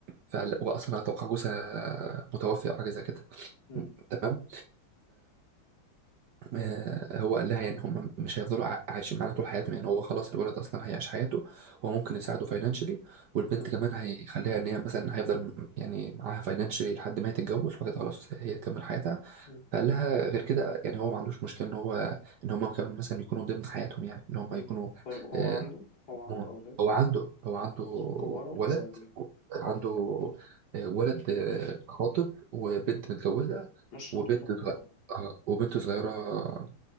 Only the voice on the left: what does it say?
مم.
مم.
مم.
مم.
طيب هو
عنده هو عنده
أولاد
كبار ولا
صغيرين
ما شاء
الله